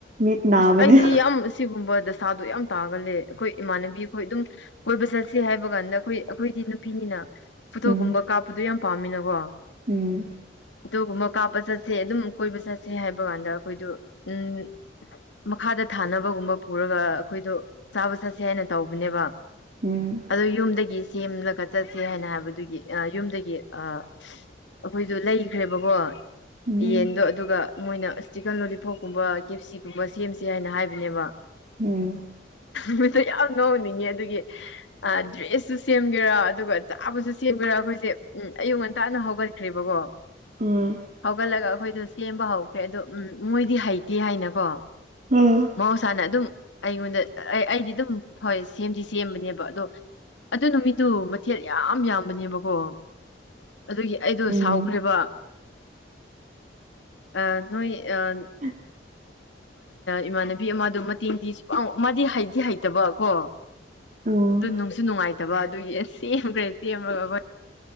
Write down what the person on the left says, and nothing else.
ꯑꯁ ꯑꯩꯗꯤ ꯌꯥꯝ ꯁꯤꯒꯨꯝꯕ ꯗꯁꯥꯗꯣ ꯌꯥꯝ ꯇꯥꯒꯜꯂꯦ ꯑꯩꯈꯣꯏ ꯏꯃꯥꯟꯅꯕꯤ ꯈꯣꯏ ꯑꯗꯨꯝ ꯀꯣꯏꯕ ꯆꯠꯁꯦ ꯍꯥꯏꯕ ꯀꯥꯟꯗ ꯑꯩꯈꯣꯏ ꯑꯩꯈꯣꯏꯗꯤ ꯅꯨꯄꯤꯅꯤꯅ ꯐꯣꯇꯣ
ꯀꯨꯝꯕ ꯀꯥꯞꯄꯗꯨ ꯌꯥꯝ ꯄꯥꯝꯃꯤꯅꯀꯣ
ꯑꯗꯨꯒꯨꯝꯕ ꯀꯥꯞꯄ ꯆꯠꯁꯦ ꯑꯗꯨꯝ ꯀꯣꯏꯕ ꯆꯠꯁꯦ ꯍꯥꯏꯕ ꯀꯥꯟꯗ ꯑꯩꯈꯣꯏꯗꯨ ꯎꯝ ꯃꯈꯥꯗ ꯊꯥꯅꯕꯒꯨꯝꯕ ꯄꯨꯔꯒ ꯑꯩꯈꯣꯏꯗꯣ ꯆꯥꯕ ꯆꯠꯁꯦ ꯍꯥꯏꯅ ꯇꯧꯕꯅꯦꯕ
ꯑꯗꯨ ꯌꯨꯝꯗꯒꯤ ꯁꯦꯝꯂꯒ ꯆꯠꯁꯦ ꯍꯥꯏꯅ ꯍꯥꯏꯕꯗꯨꯒꯤ ꯌꯨꯝꯗꯒꯤ ꯑ ꯑꯩꯈꯣꯏꯗꯣ ꯂꯩꯈ꯭ꯔꯦꯕꯀꯣ
ꯌꯦꯟꯗꯣ ꯑꯗꯨꯒ ꯃꯣꯏꯅ ꯆꯤꯀꯟ ꯂꯣꯂꯤ ꯄꯣꯠꯀꯨꯝꯕ ꯀꯦꯞꯁꯤꯒꯨꯝꯕ ꯁꯦꯝꯁꯦ ꯍꯥꯏꯅ ꯍꯥꯏꯕꯅꯦꯕ
ꯍꯨꯢꯇ ꯌꯥꯝ ꯅꯣꯛꯅꯤꯡꯉꯦ ꯑꯗꯨꯒꯤ ꯑ ꯗ꯭ꯔꯦꯁꯁꯨ ꯁꯦꯝꯒꯦꯔꯥ ꯑꯗꯨꯒ ꯆꯥꯕꯁꯨ ꯁꯦꯝꯒꯦꯔꯥ ꯑꯩꯈꯣꯏꯁꯦ ꯎꯝ ꯑꯌꯨꯛ ꯉꯟꯇꯥꯅ ꯍꯧꯒꯠ ꯈ꯭ꯔꯤꯕꯒꯣ
ꯍꯧꯒꯠꯂꯒ ꯑꯩꯈꯣꯏꯗꯣ ꯁꯦꯝꯕ ꯍꯧꯈ꯭ꯔꯦ ꯑꯗꯣ ꯎꯝ ꯃꯣꯏꯗꯤ ꯍꯩꯇꯦ ꯍꯥꯏꯅꯀꯣ
ꯃꯍꯧꯁꯥꯅ ꯑꯗꯨꯝ ꯑꯩꯉꯣꯟꯗ ꯑꯩꯗꯤ ꯑꯗꯨꯝ ꯍꯣꯏ ꯁꯦꯝꯗꯤ ꯁꯦꯝꯕꯅꯦꯕ ꯑꯗꯣ ꯑꯗꯨ ꯅꯨꯃꯤꯠꯇꯨ ꯃꯊꯦꯜ ꯌꯥꯝ ꯌꯥꯝꯕꯅꯦꯕꯀꯣ ꯑꯗꯨꯒꯤ ꯑꯩꯗꯣ
ꯁꯥꯎꯈ꯭ꯔꯦꯕ ꯑꯥ ꯅꯣꯏ ꯑꯥ
ꯏꯃꯥꯟꯅꯕꯤ ꯑꯃꯗꯣ ꯃꯇꯦꯡꯗꯤ ꯁꯨꯡ ꯃꯥꯗꯤ ꯍꯩꯗꯤ ꯍꯩꯇꯕ ꯀꯣ
ꯑꯗꯨ ꯅꯨꯡꯁꯨ ꯅꯨꯡꯉꯥꯏꯇꯕ ꯑꯗꯨꯒꯤ ꯑꯦꯁ ꯁꯦꯝꯈ꯭ꯔꯦ ꯁꯦꯝꯔꯒ ꯑꯩꯈꯣꯏ